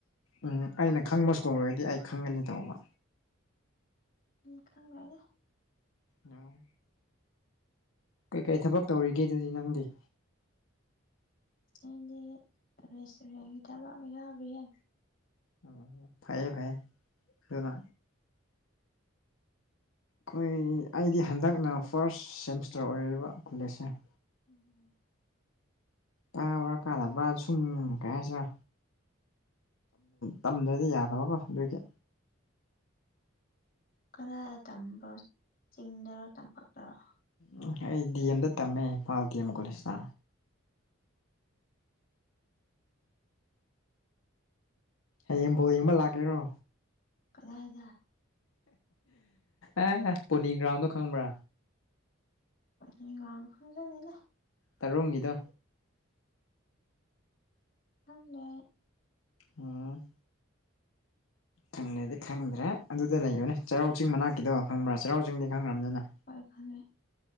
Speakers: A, on the left; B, on the left.
A: ꯎꯝ ꯑꯩꯅ ꯈꯪꯕ ꯁ꯭ꯀꯣ ꯑꯣꯏꯔꯗꯤ ꯑꯩ ꯈꯪꯒꯅꯤ ꯇꯧꯕ
B: ꯃꯤ ꯈꯪꯅꯅꯦ
A: ꯑ ꯀꯩꯀꯩ ꯊꯕꯛ ꯇꯧꯔꯤꯒꯦ ꯑꯗꯨꯗꯤ ꯅꯪꯗꯤ
B: ꯑꯩꯗꯤ ꯔꯦꯁꯇꯨꯔꯦꯟꯒꯤ ꯊꯕꯛ ꯑꯃ ꯌꯥꯎꯔꯤꯌꯦ
A: ꯑꯣ ꯐꯩꯌꯦ ꯐꯩꯌꯦ ꯑꯗꯨ ꯑꯩꯈꯣꯏ ꯑꯩꯗꯤ ꯍꯟꯗꯛꯅ ꯐꯥꯔꯁ ꯁꯦꯃꯤꯁꯇꯔ ꯑꯣꯏꯔꯤꯕ ꯀꯣꯂꯦꯖꯁꯦ
B: ꯎꯝ
A: ꯀꯥꯕ꯭ꯔꯥ ꯀꯥꯗꯕ꯭ꯔꯥ ꯁꯨꯝ ꯀꯥꯏꯁꯤꯔꯥ ꯇꯝꯗ꯭ꯔꯗꯤ ꯌꯥꯗꯕꯀꯣ ꯑꯗꯨꯏꯒꯤ
B: ꯀꯔ ꯇꯝꯕ꯭ꯔꯣ ꯆꯤꯡꯗꯔꯣ ꯇꯝꯄꯥꯛꯂꯔꯣ
A: ꯎꯝꯝ ꯑꯩ ꯗꯤ ꯑꯦꯝꯗ ꯇꯝꯃꯦ ꯏꯝꯐꯥꯜ ꯗꯤ ꯑꯦꯝ ꯀꯣꯂꯦꯖꯇ ꯍꯌꯦꯡꯕꯨ ꯌꯦꯡꯕ ꯂꯥꯛꯀꯦꯔꯣ
B: ꯀꯗꯥꯏꯗ
A: ꯑꯦ ꯄꯣꯅꯤ ꯒ꯭ꯔꯥꯎꯟꯗꯣ ꯈꯪꯕ꯭ꯔꯥ
B: ꯑ ꯉꯥꯎ ꯈ ꯆꯅꯤꯅ
A: ꯇꯔꯣꯨꯝꯒꯤꯗꯣ
B: ꯑꯪꯅ
A: ꯑꯝ ꯈꯪꯗ꯭ꯔꯦꯗꯤ ꯈꯪꯗ꯭ꯔꯦ ꯑꯗꯨꯗ ꯂꯩꯌꯣꯅꯦ ꯆꯩꯔꯥꯎ ꯆꯤꯡ ꯃꯅꯥꯛꯀꯤꯗꯣ ꯈꯪꯕ꯭ꯔꯥ ꯆꯩꯔꯥꯎ ꯆꯤꯡꯗꯤ ꯈꯪꯈ꯭ꯔꯕꯅꯤꯅ
B: ꯄꯣꯏꯈꯅꯦ